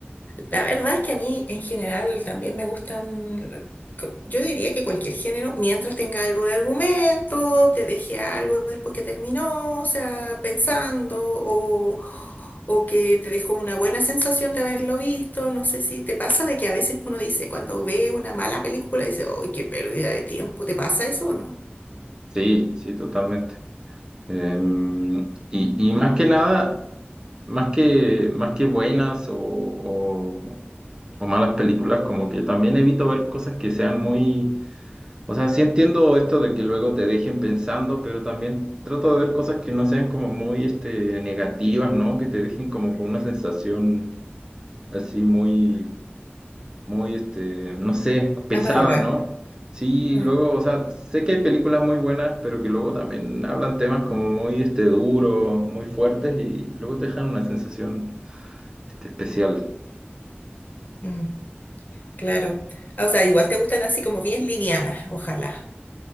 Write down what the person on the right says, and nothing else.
Sí, sí, totalmente. Em, y, y más que nada... más que, más que buenas o, o- o malas películas, como que también evito ver cosas que sean muy... O sea, sí entiendo esto de que luego te dejen pensando, pero también trato de ver cosas que no sean como muy este, negativas, ¿no? Que te dejen como con una sensación así muy, muy, este, no sé, pesada,
¿no? Sí,
luego, o sea, sé que hay películas muy buenas, pero que luego también hablan temas como muy, este, duros, muy fuertes y luego te dejan una sensación este especial.